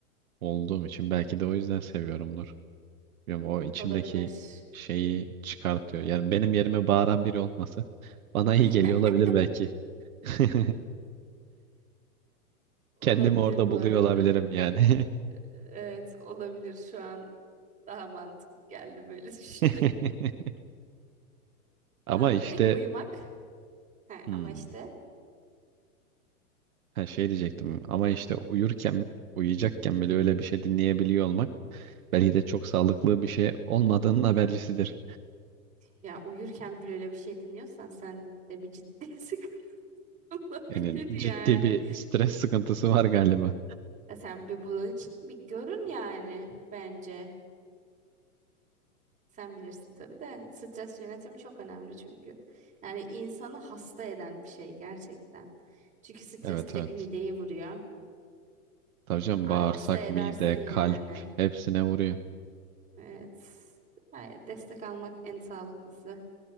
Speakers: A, on the right; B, on the right.
A: olduğum için belki de o yüzden seviyorumdur. Bilmiyorum, o içimdeki
B: Olabilir.
A: şeyi çıkartıyor. Yani benim yerime bağıran biri olması bana iyi
B: <laughs>
A: geliyor olabilir belki. <laughs>
B: Olabilir
A: Kendimi orada
B: bu
A: buluyor
B: arada.
A: olabilirim yani.
B: Evet, olabilir şu an daha mantıklı geldi böyle <laughs> düşününce.
A: <laughs> Ama
B: Ha,
A: işte
B: peki uyumak? He,
A: hmm,
B: ama işte
A: ha şey diyecektim. Ama işte uyurken, uyuyacakken bile öyle bir şey dinleyebiliyor olmak belki de çok sağlıklı bir şey olmadığının habercisidir.
B: ya uyurken bile öyle bir şey dinliyorsan sen de bir ciddi <laughs> sıkıntı olabilir
A: Yani
B: yani.
A: ciddi bir stres sıkıntısı var galiba.
B: Ya sen bir bunun için bir görün yani bence. Sen bilirsin tabii de stres yönetimi çok önemli çünkü. Yani insanı hasta eden bir şey gerçekten. Çünkü stres
A: Evet
B: direkt
A: evet.
B: mideyi vuruyor.
A: Tabii canım
B: Ay,
A: bağırsak,
B: hasta edersin
A: mide, kalp
B: yani.
A: hepsine vuruyor.
B: Evet. Ay, destek almak en sağlıklısı.